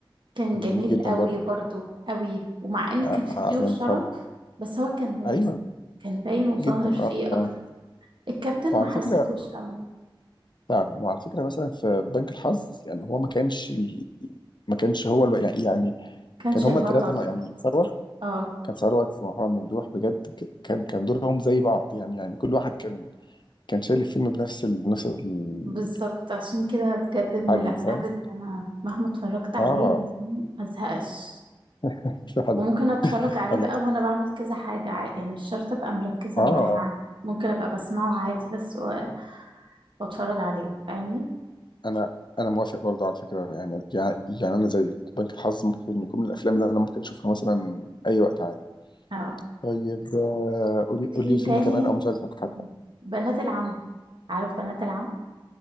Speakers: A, on the right (about 65°); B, on the left (about 55°).
A: كان
B: كان
A: جميل
B: جميل جدا
A: قوي
B: برضه
A: برضو قوي ومع ان
B: آه،
A: كان فيه
B: آه،
A: ضيوف
B: يعني
A: شرف
B: فعلا
A: بس هو كان باين
B: أيوه
A: كان باين وظاهر
B: جدا
A: فيه
B: آه
A: اكتر
B: آه
A: الكابتن
B: وعلى
A: ما حسيتهوش
B: فكرة
A: قوي
B: فعلا وعلى فكره مثلا في بنك الحظ يعني هو ما كانش ال... ما كانش هو الو... يعني يعني
A: كانش
B: كان هما
A: البطل
B: الثلاثه ما يعني ثروت
A: اه
B: كان ثروت ومحمد ممدوح بجد ك- كان كان دورهم زي بعض يعني يعني كل واحد كان كان شايل الفيلم بنفس ال... بنفس ال-
A: بالظبط عشان كده بجد من
B: الحجم
A: الافلام
B: فاهم
A: اللي انا مهما اتفرجت عليه
B: اه
A: ما ازهقش
B: <laughs> فعلا
A: وممكن اتفرج عليه
B: انا
A: بقى وانا بعمل كذا حاجة عادي يعني مش شرط ابقى مركزة
B: اه
A: معاه
B: اه
A: يعني ممكن ابقى بسمعه عادي بس و- واتفرج عليه فاهمني
B: انا انا موافق برضه على فكره يعني يعني يعني انا زي بنك الحظ ممكن يكون من الافلام اللي انا ممكن اشوفها مثلا اي وقت عادي
A: اه
B: طيب آه، قولي قولي
A: في ماشي
B: لي فيلم
A: تاني
B: كمان او مسلسل حتى
A: بنات العم عارف بنات العم